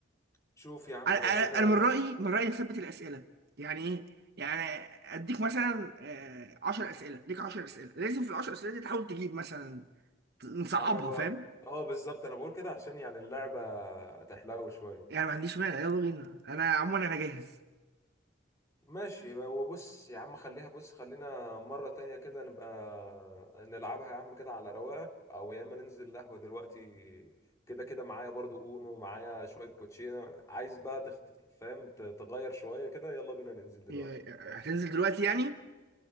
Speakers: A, on the left; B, on the right.
A: شوف يا عم
B: انا
A: لو كده
B: أنا- أنا من رايي من رايي نثبت الاسئله يعني ايه يعني اديك مثلا 10 اسئله ليك 10 اسئله لازم في ال 10 اسئله دي تحاول تجيب مثلا ت- نصعبها
A: انا ب...
B: فاهم
A: اه بالظبط انا بقول كده عشان يعني اللعبة تحلو شوية
B: يعني ما عنديش مانع يلا بينا انا عموما انا جاهز
A: ماشي وبص يا عم خليها بص خلينا مرة تانية كده نبقى نلعبها يا عم كده على رواقة او يا اما ننزل قهوة دلوقتي كده كده معايا برضو اونو معايا شوية كوتشينة عايز بقى تخت... فاهم ت- تغير شوية كده يلا بينا ننزل دلوقتي
B: يا- هتنزل دلوقتي يعني